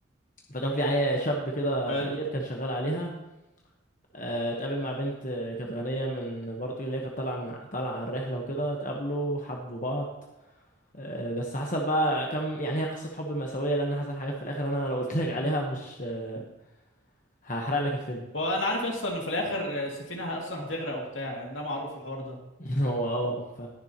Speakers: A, on the left (about 40°); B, on the left (about 75°).
A: فكان في عي- شاب كده
B: حلو
A: فقير كان شغال عليها آه، اتقابل مع بنت آه، كانت غنية من برضه اللي هي كانت طالعة من طالعة على الرحلة وكده اتقابلوا حبوا بعض آه، بس حصل بقى كم يعني هي قصة حب مأساوية لأن حصل حاجات في الآخر أنا لو قلت لك عليها مش آه، هحرق لك الفيلم
B: وانا عارف اصلا انه في الاخر السفينه اصلا هتغرق وبتاع يعني ده معروف الحوار ده
A: <laughs> هو اه ف